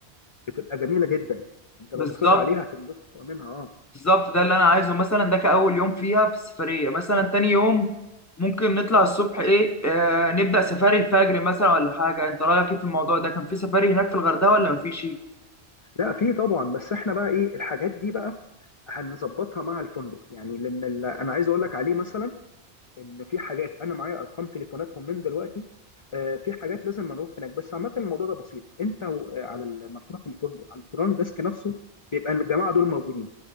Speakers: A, on the left; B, on the left.
A: بتبقى جميله جدا انت
B: بالظبط
A: لو بصيت عليها هتنبسط منها اه
B: بالظبط ده اللي انا عايزه مثلا ده كاول يوم فيها في السفريه مثلا تاني يوم ممكن نطلع الصبح ايه آه نبدا سفاري الفجر مثلا ولا حاجه انت رايك ايه في الموضوع ده كان في سفاري هناك في الغردقه ولا مفيش
A: لا في طبعا بس احنا بقى ايه الحاجات دي بقى هنظبطها مع الفندق يعني لان ال- انا عايز اقول لك عليه مثلا ان في حاجات انا معايا ارقام تليفوناتهم من دلوقتي آه، في حاجات لازم نروح هناك بس عامه الموضوع ده بسيط انت و- آه، على ال- لما بتروح الفندق على الفرونت ديسك نفسه بيبقى الجماعه دول موجودين